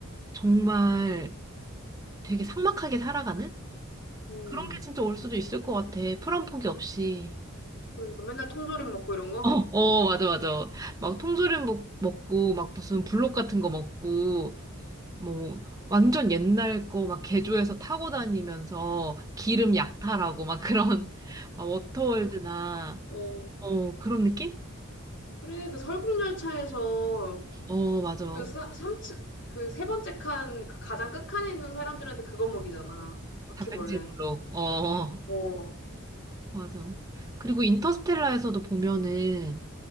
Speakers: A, on the right (about 15°); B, on the left (about 55°).
A: 정말 되게 삭막하게 살아가는?
B: 음.
A: 그런 게 진짜 올 수도 있을 것 같아. 풀한 포기 없이.
B: 그러니까 맨날 통조림 먹고 이런
A: <laughs>
B: 거?
A: 어, 어, 맞아, 맞아. 막 통조림 먹- 먹고, 막 무슨 블록 같은 거 먹고, 뭐, 완전 옛날 거 막 개조해서 타고 다니면서 기름 약탈하고, 막 그런, <laughs> 막 워터월드나,
B: 음. 어.
A: 어, 그런 느낌?
B: 그래, 그 설국열차에서
A: 어, 맞아.
B: 그 사, 삼층, 그 세 번째 칸, 그 가장 끝칸에 있는 사람들한테 그거 먹이잖아. 바퀴벌레.
A: 단백질 블록. 어,
B: 어.
A: 맞아. 그리고 인터스텔라에서도 보면은,